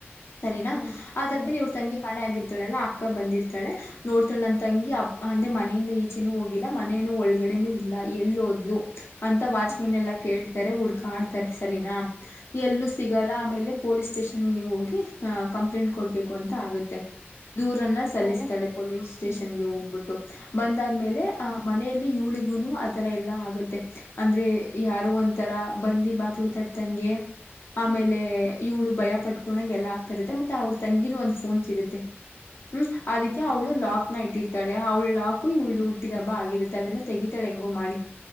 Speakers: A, on the left; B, on the right.
A: ಸರಿನಾ
B: ಹ್ಮ್
A: ಅದಾದ್ಮೇಲೆ
B: ಹ್ಮ್
A: ಇವ್ರ ತಂಗಿ ಕಾಣೆ ಆಗಿರ್ತಾಳೆಲ್ಲಾ ಅಕ್ಕ ಬಂರ್ದಿತಾಳೆ ನೋಡ್ತಾಳೆ ನನ್ನ ತಂಗಿ ಅ ಅಂದ್ರೆ ಮನೆಯಿಂದ ಈಚೆನೂ ಹೋಗಿಲ್ಲ ಮನೇನು ಒಳಗಡೊನು‌ ಇಲ್ಲ. ಎಲ್ಲ ಹೋದ್ಲು ಅಂತ ವಾಚ್ಮೆನ್
B: ಹ್ಮ್
A: ಎಲ್ಲಾ ಕೇಳ್ತಾರೆ ಹುಡ್ಕಾ ಆಡ್ತಾರೆ ಸರಿನಾ.
B: ಹ್ಮ್
A: ಎಲ್ಲೂ ಸಿಗಲ್ಲ ಆಮೇಲೆ ಪೊಲೀಸ್ ಸ್ಟೇಷನ್ಗೆ ಹೋಗಿ ಅಹ ಕಂಪ್ಲೇಂಟ್ ಕೊಡ್ಬೇಕು ಅಂತ ಆಗತ್ತೆ. ದೂರನ್ನ ಸಲ್ಲಿಸ್ತಾಳೆ
B: ಆಮೇಲೆ
A: ಪೊಲೀಸ್ ಸ್ಟೇಷನ್ಗೆ
B: ಹ್ಮ್
A: ಹೋಗ್ಬಿಟ್ಟು ಬಂದಾದ್ಮೇಲೆ.
B: ಹ್ಮ್
A: ಆ ಮನೆಯಲ್ಲಿ ಇವಳಿಗೂನು ಆತರ ಎಲ್ಲ ಆಗುತ್ತೆ ಅಂದ್ರೆ ಯಾರೋ ಒಂಥರ ಬಂದಿ ಬಾಕ್ಲು ತಟ್ಟ ತಂಗೆ. ಆಮೇಲೆ
B: ಹ್ಮ್
A: ಇವಳು ಭಯ ಪಟ್ಕೊಂಡಾಗ ಎಲ್ಲ ಆಗ್ತಾ ಇರುತ್ತೆ ಮತ್ತೆ ಅವರು ತಂಗಿದ್ ಒಂದ್ ಫೋನ್ ಸಿಗುತ್ತೆ. ಹ್ಮ್ ಅದಕ್ಕೆ ಅವಳು ಲಾಕ್ನ ಇಟ್ಟಿರ್ತಾಳೆ. ಅವ್ಳ ಲಾಕು ಇವ್ಳದ ಹುಟ್ಟಿದ ಹಬ್ಬ ಆಗಿರುತ್ತೆ ಅದನ್ನ ತೆಗೀತಳ ಹೆಂಗೋ ಮಾಡಿ.